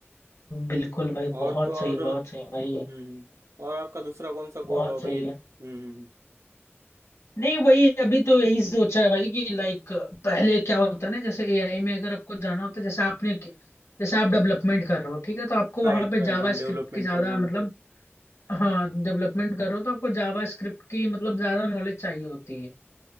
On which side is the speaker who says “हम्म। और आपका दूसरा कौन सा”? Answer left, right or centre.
Right